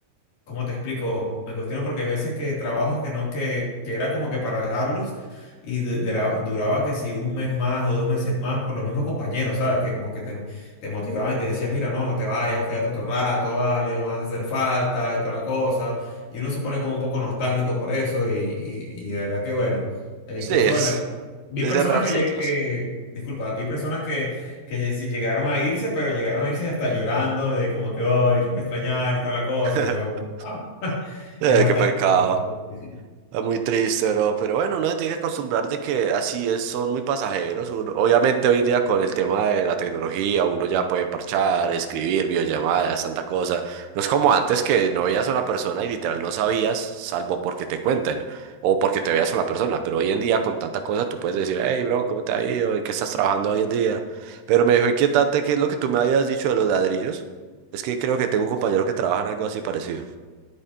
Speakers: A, on the left; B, on the right.
A: ¿Cómo te explico? Me cuestiono porque hay veces que trabajos que no, que, que era como que para dejarlos y du- dura- duraba que si un mes más o dos meses más por los mismos compañeros, ¿sabes? Que como que te, te motivaban y te decían, mira, no, no te vayas, quédate otro rato, vale, vas a hacer falta y toda la cosa. Y uno se pone como un poco nostálgico por eso y, y, y de verdad que bueno. E incluso,
B: Sí, es,
A: bueno, vi
B: es
A: personas
B: cerrar
A: que,
B: ciclos.
A: lle- que, disculpa, vi personas que que lle- sí llegaron a irse, pero llegaron a irse hasta llorando de como que hoy los voy a extrañar y toda la cosa.
B: <laughs>
A: Y yo, ah, <laughs>
B: Eh,
A: es bastante,
B: qué pecado.
A: bastante difícil.
B: Ah, Muy triste, bro, pero bueno, uno se tiene que acostumbrar de que así es, son muy pasajeros. Uno- obviamente hoy en día con el tema de la tecnología, uno ya puede parchar, escribir, videollamadas, tanta cosa. No es como antes que no veías a una persona y literal no sabías, salvo porque te cuenten o porque te veas a una persona. Pero hoy en día con tanta cosa tú puedes decir, hey, bro, ¿cómo te ha ido? ¿En qué estás trabajando hoy en día? Pero me dejó inquietante qué es lo que tú me habías dicho de los ladrillos. Es que creo que tengo un compañero que trabaja en algo así parecido.